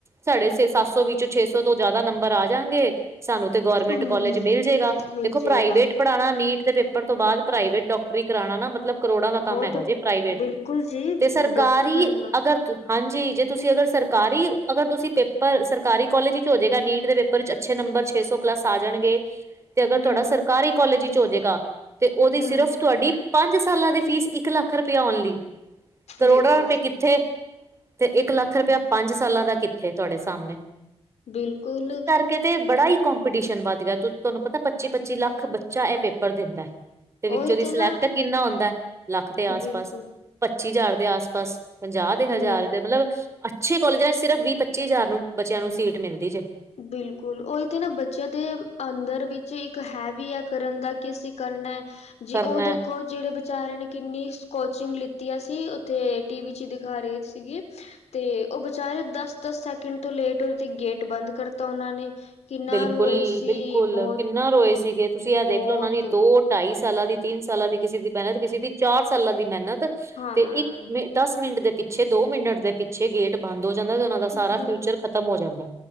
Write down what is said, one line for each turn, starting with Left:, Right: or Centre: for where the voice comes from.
Right: ਸਾਡੇ ਛੇ ਸੱਤ ਸੌ ਵਿੱਚੋ ਛੇ ਸੌ ਤੋਂ ਜ਼ਿਆਦਾ ਨੰਬਰ ਆ ਜਾਣਗੇ, ਸਾਨੂੰ ਤੇ ਗੌਰਮੈਂਟ
Left: ਹਮ
Right: ਕੋਲਜ ਮਿਲ ਜੇਗਾ,
Left: ਮਿਲ
Right: ਦੇਖੋ ਪ੍ਰਾਈਵੇਟ
Left: ਜੇਗਾ
Right: ਪੜ੍ਹਾਉਣਾ, ਨੀਟ ਦੇ ਪੇਪਰ ਤੋਂ ਬਾਅਦ ਪ੍ਰਾਈਵੇਟ ਡਾਕਟਰੀ ਕਰਾਉਣਾ ਨਾ ਮਤਲਬ। ਕਰੋੜਾਂ ਦਾ
Left: ਬਹੁਤ
Right: ਕੰਮ ਹੈਗਾ ਜੇ ਪ੍ਰਾਈਵੇਟ
Left: ਬਿਲਕੁਲ ਜੀ
Right: ਤੇ ਸਰਕਾਰੀ
Left: ਡਾਕਟਰ ਬਣਨਾ
Right: ਅਗਰ ਤ ਹਾਂਜੀ, ਜੇ ਤੁਸੀਂ ਅਗਰ ਸਰਕਾਰੀ, ਅਗਰ ਤੁਸੀਂ ਪੇਪਰ, ਸਰਕਾਰੀ ਕੋਲਜ ਇੱਚ ਹੋ ਜੇਗਾ ਨੀਟ ਦੇ ਪੇ ਪੇਪਰ ਚ ਅੱਛੇ ਨੰਬਰ ਛੇ ਸੌ ਪਲੱਸ ਆ ਜਾਣਗੇ ਤੇ ਅਗਰ
Left: ਹੂੰ
Right: ਤੁਹਾਡਾ ਸਰਕਾਰੀ ਕਾਲਜ ਵਿੱਚ ਹੋ ਜਾਏਗਾ। ਤੇ ਉਹਦੀ
Left: ਹੂੰ
Right: ਸਿਰਫ ਤੁਆਡੀ ਪੰਜ ਸਾਲਾਂ ਦੀ ਫੀਸ, ਇੱਕ ਲੱਖ ਰੁਪਿਆ ਓਨਲੀ। ਕਰੋੜਾਂ
Left: ਦੇਖੋ
Right: ਰੁਪਏ
Left: ਫਿਰ
Right: ਕਿੱਥੇ, ਤੇ ਇੱਕ ਲੱਖ ਰੁਪਇਆ ਪੰਜ ਸਾਲਾਂ ਦਾ ਕਿੱਥੇ ਤੁਹਾਡੇ ਸਾਹਮਣੇ।
Left: ਬਿਲਕੁਲ।
Right: ਕੇ ਤੇ ਬੜਾ ਈ ਕੌਮਪੀਟੀਸ਼ਨ ਵੱਧ ਗਿਆ, ਤੁ ਤੁਹਾਨੂੰ ਪਤਾ ਪੱਚੀ-ਪੱਚੀ ਲੱਖ ਬੱਚਾ ਏਹ ਪੇਪਰ ਦਿੰਦਾ ਏ। ਤੇ ਵਿੱਚੋਂ
Left: ਉਹੀ
Right: ਦੀ ਸਿਲੈਕਟ
Left: ਨਾ
Right: ਕਿੰਨਾ ਹੁੰਦਾ ਏ ਲੱਖ ਦੇ ਆਸ-ਪਾਸ
Left: ਬਿਲਕੁਲ
Right: ਪੱਚੀ ਹਜ਼ਾਰ ਦੇ ਆਸ-ਪਾਸ ਪੰਜਾਹ ਦੇ ਹਜ਼ਾਰ
Left: ਬਿਲਕੁਲ
Right: ਦੇ ਮਤਲਬ ਅੱਛੇ ਕੋਲਜਾਂ ਸਿਰਫ ਵੀਹ ਪੱਚੀ ਹਜ਼ਾਰ ਨੂੰ ਬੱਚਿਆਂ ਨੂੰ ਸੀਟ ਮਿਲਦੀ ਜੇ।
Left: ਬਿਲਕੁਲ, ਉਈ ਤੇ ਨਾ, ਬੱਚਿਆਂ ਦੇ ਆਂਦਰ ਵਿੱਚ ਇੱਕ ਹੈ ਵੀ ਹੈ ਕਰਨ ਦਾ, ਕਿ ਅਸੀਂ ਕਰਨਾ ਹੈ। ਜੇ
Right: ਕਰਨਾ
Left: ਉਹ ਦੇਖੋ ਜਿਹੜੇ ਵਿਚਾਰਿਆਂ ਨੇ ਕਿੰਨੀ ਕੋਚਿੰਗ ਲਿੱਤੀਆਂ ਸੀ, ਉੱਥੇ ਟੀ ਵੀ ਚ ਦਿਖਾ ਰਹੇ ਸੀਗੀ ਤੇ ਉਹ ਬਚਾਰੇ ਦਸ-ਦਸ ਸੈਕਿੰਡ ਤੋਂ ਲੇਟ ਹੋਏ, ਤੇ ਗੇਟ ਬੰਦ ਕਰਤਾ ਉਹਨਾਂ ਨੇ। ਕਿੰਨਾ
Right: ਬਿਲਕੁਲ-ਬਿਲਕੁਲ,
Left: ਰੋਏ ਸੀ ਬਹੁਤ
Right: ਕਿੰਨਾ ਰੋਏ ਸੀਗੇ ਤੁਸੀ ਐ
Left: ਬਹੁਤ
Right: ਦੇਖਲੋ ਉਹਨਾਂ ਦੀ ਦੋ ਢਾਈ ਸਾਲਾਂ ਦੀ, ਤਿੰਨ ਸਾਲਾਂ ਦੀ, ਕਿਸੇ ਦੀ ਮਿਹਨਤ ਕਿਸੇ ਦੀ ਚਾਰ ਸਾਲਾਂ ਦੀ ਮਿਹਨਤ
Left: ਹਾਂ
Right: ਤੇ ਇੱਕ ਮਿੰਟ ਦਸ ਮਿੰਟ ਦੇ ਪਿੱਛੇ, ਦੋ ਮਿੰਟ ਦੇ ਪਿੱਛੇ, ਗੇਟ ਬੰਦ ਹੋ ਜਾਂਦਾ ਤੇ ਨਾਲੇ ਦਾ ਸਾਰਾ
Left: ਬਿਲਕੁਲ
Right: ਫਿਊਚਰ ਖਤਮ ਹੋ ਜਾਂਦਾ,